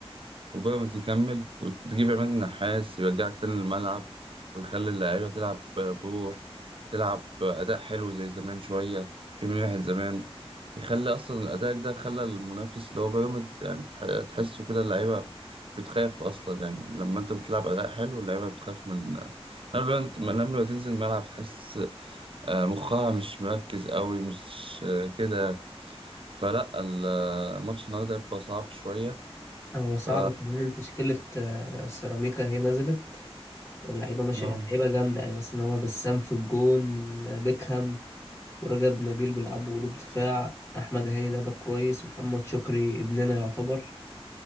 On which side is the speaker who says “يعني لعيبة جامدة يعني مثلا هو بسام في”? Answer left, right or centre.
Left